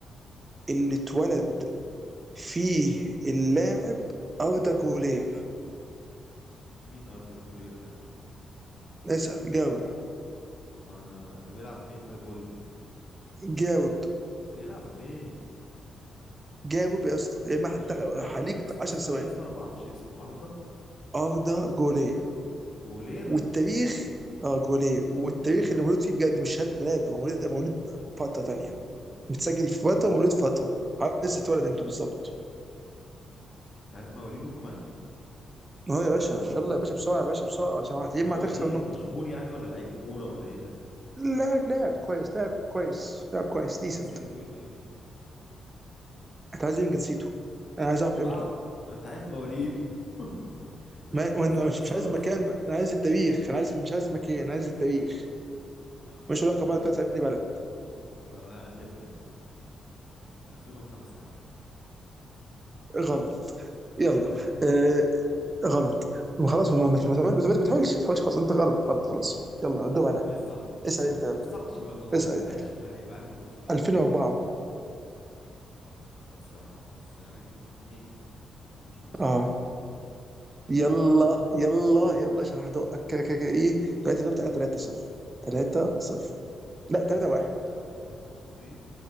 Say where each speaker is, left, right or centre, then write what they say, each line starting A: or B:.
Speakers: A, on the right; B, on the left.
A: اللي اتولد فيه اللاعب اردا جولير
B: مين أردا جولير ده؟
A: اسال جاوب
B: ما أنا ده بيلعب فين طيب قول لي
A: جاوب
B: بيلعب فين؟
A: جاوب يا اسطى يا ما
B: مين
A: حتى-
B: أردا
A: عليك
B: اسمه
A: 10
B: اسمه
A: ثواني
B: إيه أصلا أنا معرفش اسمه أردا
A: اردا جولير
B: جولير
A: والتاريخ اه جوليه والتاريخ اللي مولود فيه بجد مش شهاده ميلاد هو مولود مولود فتره تانيه متسجل في فتره مولود فتره عايز تتولد امتى بالظبط
B: بتاع مواليده كمان
A: اه يا باشا يلا يا باشا بسرعه يا باشا بسرعه عشان هت-
B: طب
A: يا اما
B: هو
A: هتخسر
B: إيه
A: نقطه
B: مشهور يعني ولا لعيب كورة ولا إيه ده؟
A: لاعب لاعب كويس لاعب كويس لاعب كويس
B: طب
A: ديسنت
B: جنسيته إيه طيب؟
A: انت عايز إيه من جنسيته انا عايز
B: ما
A: اعرف
B: عشان
A: امتى
B: اعرف ما, ما انت عايز مواليد <laughs> انت
A: ما وأنا
B: سألت
A: مش مش
B: سؤال
A: عايز مكان
B: اصعب
A: انا عايز التاريخ انا عايز مش عايز مكان انا عايز التاريخ
B: يا عم
A: مش
B: هألف
A: علاقه بقى بتاعت
B: لك
A: اي بلد
B: ولو هألف لك 2005 يا عم
A: غلط
B: 2003
A: يلا آه غلط خلاص ما ما- ما- ما بتحاولش ما تحاولش خلاص انت غلط غلط خلاص يلا دور انا
B: طب ايه الصح ايه الصح
A: اسال انت
B: إيه
A: يلا.
B: الصح عشان لو ما جاوبتهاش
A: اسال انت
B: هيبقى عليك نقطتين
A: 2004
B: يا نهار ازرق على الحظ يعني انا جبت اتنين ومش في وسطيهم
A: اه يلا يلا يلا عشان هدقك كده كده كده ايه دلوقتي جبت انا 3 0 3 0 لا 3
B: على فكرة
A: 1
B: على فكرة انت بتزيد